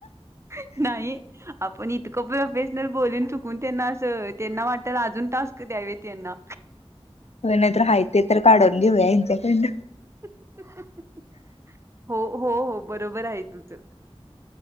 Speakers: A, on the right (about 25°); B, on the left (about 90°).
A: ह <inaudible> नाही आपण इतकं प्रोफेशनल बोलून चुकून त्यांना असं त्यांना वाटल अजून टास्क द्यावेत. त्यांना-
B: होय नाहीतर हाय ते तर काढून घेऊया हेंच्याकडनं.
A: <inaudible> हो, हो, बरोबर आहे तुझं